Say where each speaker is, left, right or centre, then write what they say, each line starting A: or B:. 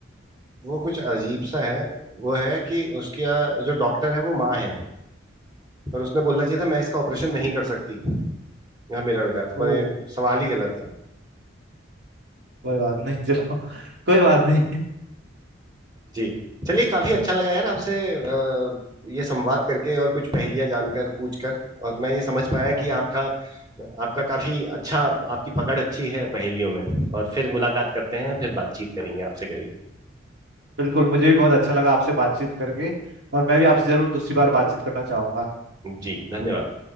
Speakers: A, on the right; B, on the right.
A: वो कुछ अजीब सा है वो है कि उसका जो डॉक्टर है वो माँ है पर उसने बोलना चाहिए था मैं इसका ऑपरेशन नहीं कर सकती यह मेरा बेटा है। तो
B: ओह
A: पर ये सवाल ही गलत है
B: कोई बात नहीं चलो <laughs> कोई बात नहीं
A: जी चलिए काफी अच्छा लगा यार आपसे अ, ये संवाद करके और कुछ पहेलियां जानकर पूछकर और मैं ये समझ पाया
B: हाँ
A: कि आपका आपका काफी अच्छा आपकी पकड़ अच्छी है पहेलियों में और फिर मुलाकात करते हैं फिर बातचीत करेंगे आपसे कभी
B: बिल्कुल मुझे भी बहुत अच्छा लगा आपसे बातचीत करके और मैं भी आपसे जरूर दूसरी बार बातचीत करना चाहूंगा
A: जी धन्यवाद